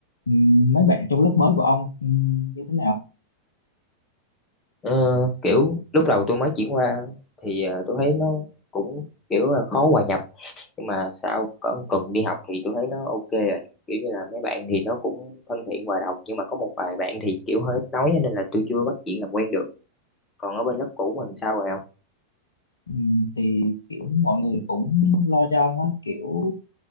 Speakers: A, on the left (about 70°); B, on the left (about 20°).
A: Ừm, mấy bạn trong lớp mới của ông ừm, như thế nào
B: Ờ, kiểu lúc đầu tôi mới chuyển qua thì ờ, tôi thấy nó cũng kiểu là khó hòa nhập nhưng mà sau có cần đi học thì tôi thấy nó ok rồi kiểu như là mấy bạn thì nó cũng thân thiện hòa đồng nhưng mà có một vài bạn thì kiểu hơi ít nói nên là tôi chưa bắt chuyện làm quen được còn ở bên lớp cũ mình sao rồi không
A: Ừm, thì kiểu mọi người cũng lo cho ông á kiểu